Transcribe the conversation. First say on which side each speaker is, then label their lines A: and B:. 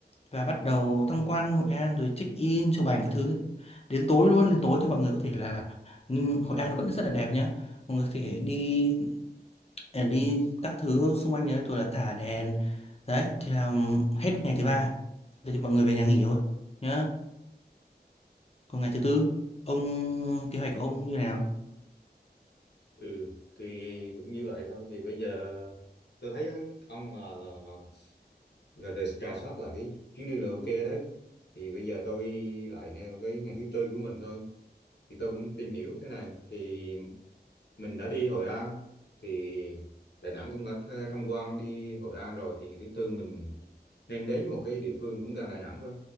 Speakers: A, on the left; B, on the left.
A: và bắt đầu tham quan Hội An rồi check in chụp ảnh các thứ đến tối luôn đến tối thì mọi người có thể là nhưng Hội An nó vẫn rất là đẹp nhá mọi người có thể đi à, đi các thứ xung quanh đấy rồi là thả đèn đấy thì làm hết ngày thứ ba Thế thì mọi người về nhà nghỉ thôi nhá còn ngày thứ tư, ông kế hoạch của ông như nào?
B: Ừ, thì cũng như vậy thôi. Thì bây giờ tôi thấy ấy, ông là, là, là, là rà rà soát lại cái chuyến đi là ok đấy. Thì bây giờ tôi lại nêu cái ngày thứ tư của mình thôi. Thì tôi cũng tìm hiểu thế này. Thì mình đã đi Hội An thì Đà Nẵng cũng đã th- tham quan đi Hội An rồi thì ngày thứ tư mình nên đến một cái địa phương cũng gần Đà Nẵng thôi